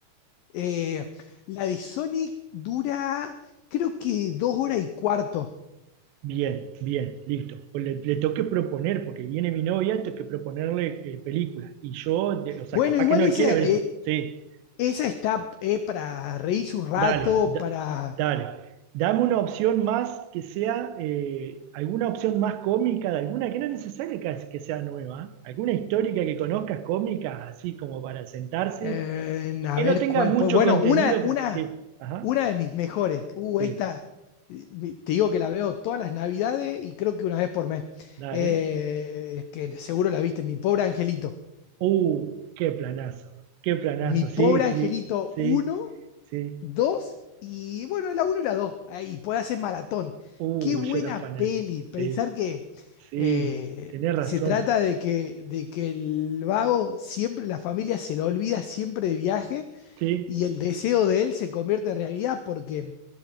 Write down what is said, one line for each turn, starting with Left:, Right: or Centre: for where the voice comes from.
Left: Eh, la de Sonic dura, creo que dos horas y cuarto.
Right: Bien, bien, listo. Pues le, le tengo que proponer, porque viene mi novia, tengo que proponerle eh, películas. Y yo, de- o sea,
Left: Bueno,
Right: capaz
Left: igual
Right: que no
Left: esa,
Right: quiere ver
Left: eh,
Right: eso. Sí,
Left: esa está eh, para reírse un rato,
Right: Dale, da-
Left: para
Right: dale. Dame una opción más que sea, eh, alguna opción más cómica de alguna, que no es necesario que, que sea nueva, ¿eh? alguna histórica que conozcas cómica, así como para sentarse,
Left: Eh,
Right: y
Left: a
Right: que
Left: ver
Right: no tenga
Left: cuál
Right: mucho
Left: puede. Bueno,
Right: contenido,
Left: una, una,
Right: pero sí, ajá,
Left: una de mis mejores. Uh,
Right: sí,
Left: esta, eh, mi- te digo que la veo todas las navidades y creo que una vez por mes.
Right: dale.
Left: Eh, que seguro la viste, Mi pobre angelito.
Right: Uh, qué planazo, qué planazo,
Left: Mi pobre
Right: sí,
Left: angelito
Right: sí, sí,
Left: uno
Right: sí.
Left: dos y bueno, la uno y la 2 Y puede hacer maratón.
Right: Uh,
Left: Qué buena
Right: yo era fanático,
Left: peli. Pensar
Right: sí,
Left: que
Right: sí,
Left: eh,
Right: tenés razón,
Left: se trata de que, de que el vago siempre, la familia se lo olvida siempre de viaje
Right: sí,
Left: y el deseo de él se convierte en realidad porque